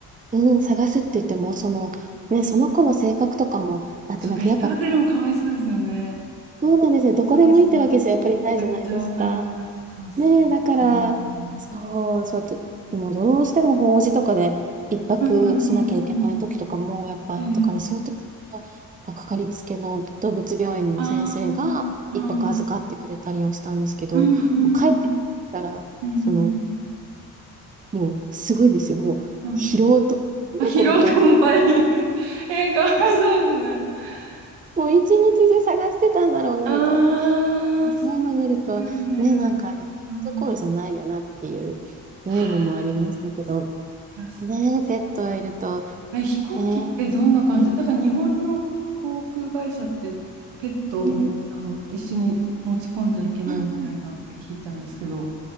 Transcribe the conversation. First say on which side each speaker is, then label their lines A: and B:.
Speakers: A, on the right (about 20°); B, on the right (about 75°).
A: うん、探すって言っても、その、ね、その子の性格とかもあって、
B: そう、
A: なんかやっぱ
B: ベッドホテルもかわいそうですよね。
A: そうなんですね。どこでもいいってわけじゃやっぱりないじゃないですか。
B: そうそう。めちゃくちゃわかります。そうそう。
A: ねえ、だから、
B: うん。
A: そう、ちょっとでもどうしても法事とかで一泊しなきゃいけない時とかもやっぱあったから、
B: うんうんうんうんうん。ええ。
A: そういう時は、かかりつけの動物病院の先生が一泊預かってくれたりをしたんですけど、
B: ああ、はい。うんうんうん。
A: もう帰ってきたら、
B: うんうんうん。
A: その、もうすごいんですよ。もう疲労と喜びと
B: うんうん。あ、疲労困憊。<laughs> ええ、かわいそうですね。
A: もう一日中探してたんだろうな、
B: そう。ああ、
A: みたいな。そういうの見ると、
B: そうですよね。
A: ね、なんか旅行どころじゃないよなっていう、
B: そう。はあ
A: ね、のもありましたけど、
B: そっかそっか
A: ね、ペットがいると、
B: え、飛行機ってどんな感じなんか日本の航空会社ってペットもあの一緒に持ち込んじゃいけないみたいなって聞いたんですけど、
A: えー、ですよね。うんうんうん